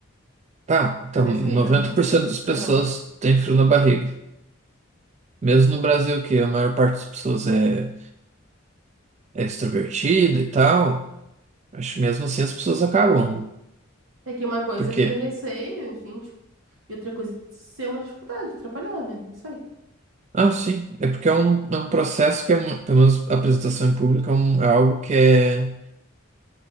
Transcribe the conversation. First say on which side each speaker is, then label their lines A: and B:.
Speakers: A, on the right; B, on the right.
A: Tá, então
B: É desse
A: noventa
B: nível. <laughs>
A: por cento das pessoas
B: Aham.
A: tem frio na barriga. Mesmo no Brasil, que a maior parte das pessoas é, é extrovertida e tal, acho que mesmo assim as pessoas acabam.
B: É que uma coisa
A: Porque
B: é ter receio, gente, e outra coisa é ser uma dificuldade, atrapalhar, né? Não sei.
A: Ah, sim. É porque é um, é um processo que é, mu- pelo menos a apresentação em público, é, um- é algo que é,